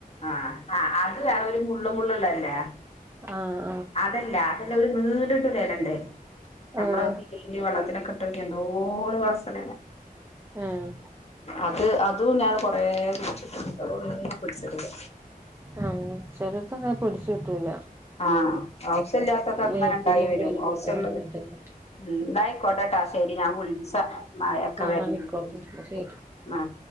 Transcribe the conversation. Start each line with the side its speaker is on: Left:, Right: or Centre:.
Left: ആഹ് ആഹ് അത് വേറെ ഒരു മുള്ള് മുള്ളുള്ളല്ലേ
Right: ആഹ്
Left: അതല്ല അത് ഒരു നീണ്ട്ട്ട് ഒര് എല്ലണ്ട് നമ്മള
Right: ആഹ്
Left: <unintelligible> ഈ വെള്ളത്തിലോക്കെ ഇട്ടോക്യാ എന്തൊര് വസനെണ്
Right: ഉം
Left: അത് അതും ഞാൻ കൊറെ പിടിച്ചിട്ട് അഹോന്നും പിടിച്ചിട്ടില്ല
Right: ആഹ് ചെലോല്ക്ക് അങ്ങനെ പിടിച്ച് കിട്ടൂല
Left: ആഹ് അഹുസ്യ ഇല്ലാത്തൊക്കെ അങ്ങനെ
Right: വേപ്പില
Left: ഉണ്ടായി വരും അഹുസ്യ
Right: ആഹ്
Left: ഇള്ളത്
Right: അതന്നെ
Left: ഉം ന്നയിക്കോട്ടെട്ടാ ശെരി ഞാൻ വുള്ച്ച മാഴ ഒക്കെ
Right: ആഹ്
Left: വര്ണ്
Right: ആയിക്കോട്ടെ
Left: ണ്ട്
Right: ശരി
Left: ആഹ്